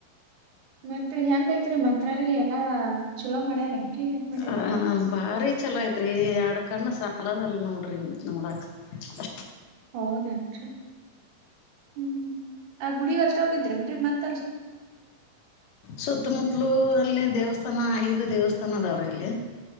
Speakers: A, on the right; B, on the left.
A: ಮತ್ರಿ ಹೆಂಗ್ ಐತ್ರಿ ಮಂತ್ರಾಲಯ ಎಲ್ಲಾ ಚಲೋ ಮಾಡ್ಯಾರೇನ್ರಿ ಹೆಂಗ್ ಮಾಡ್ಯಾರ
B: ಹ ಭಾರಿ ಚಲೋ ಐತ್ ರೀ ಎಡು ಕಣ್ಣ ಸಾಲದಲ್ಲಿ ನೋಡ್ರಿ ನೋಡಾಕ ಅಷ್ಟ
A: ಹೌದೇನ್ರಿ ಹ್ಮ್ ಆ ಗುಡಿಗ್ ಅಷ್ಟ ಹೋಗಿದ್ರನ್ರಿ ಮತ್ತ
B: ಸುತ್ತಮುತ್ತಲೂ ಅಲ್ಲಿ ದೇವಸ್ಥ ದಥಾನ ಐದು ದೇವಸ್ಥಾನ ಅದಾವ್ರ ಇಲ್ಲಿ